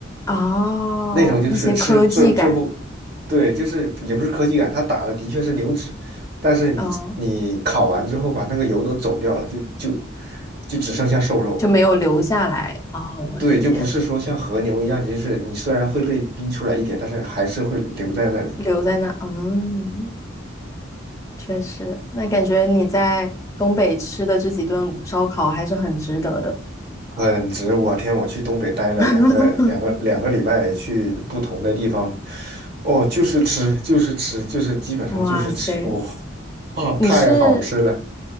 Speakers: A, on the left; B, on the right.
A: 哦，
B: 那种就是吃最最后，
A: 一些科技感，
B: 对，就是也不是科技感，它打的的确是牛脂，但是你你烤完之后把那个油都走掉了，
A: 嗯，
B: 就就就只剩下瘦肉，
A: 就没有留下来。哦，我理解了，
B: 对，就不是说像和牛一样，就是你虽然会被逼出来一点，但是还是会留在那里，
A: 留在那，嗯，确实，那感觉你在东北吃的这几顿烧烤还是很值得的。
B: 很值。我天，我去东北待了两个两个两个礼拜，
A: <laughs>
B: 去不同的地方，哦，就是吃就是吃就是基本上就是吃，
A: 哇塞，
B: 哦哦，
A: 你是
B: 太好吃了。